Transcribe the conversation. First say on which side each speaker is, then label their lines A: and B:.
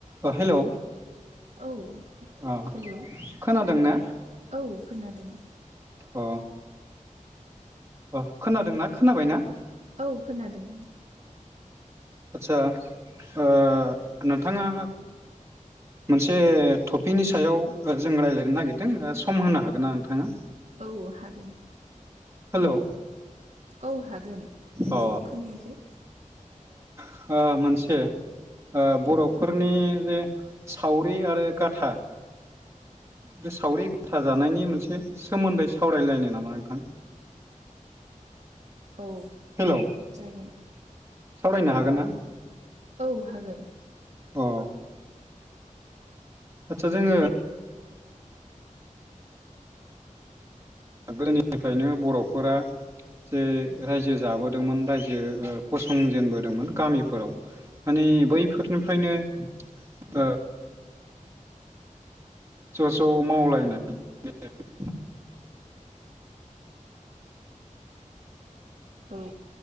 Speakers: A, on the right (about 20°); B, on the right (about 55°).
A: अ hello
B: औ
A: अ
B: hello
A: खोनादों ना
B: औ खोनादों
A: अ अ खोनादोंना खोनाबाय ना
B: औ खोनादों
A: आदसा ओ नोंथाङा मोनसे टपिनि सायाव जों रायज्लायनो नागिरदों सम होनो हागोन ना नोंथाङा?
B: औ हागोन
A: हेलौ,
B: औ हागोन हेलौ
A: अ
B: खोनायाखै
A: हा मोनसे आ बर'फोरनि जे सावरि आरो गाथा बे सावरि गाथा जानायनि मोनसे सोमोन्दै सावरायलायनो नामा नोंथां
B: औ
A: हेल'
B: जागोन
A: सावरायनो हागोन ना
B: औ हागोन
A: अ आदसा जोङो गोदोनिफ्रायनो बर'फोरा जे रायजो जाबोदोंमोन रायजो फसंजेनबोदोंमोन गामिफोराव माने बैफोरनिफ्रायनो
B: औ
A: ओ ज' ज' मावलायनाय <unintelligible>
B: औ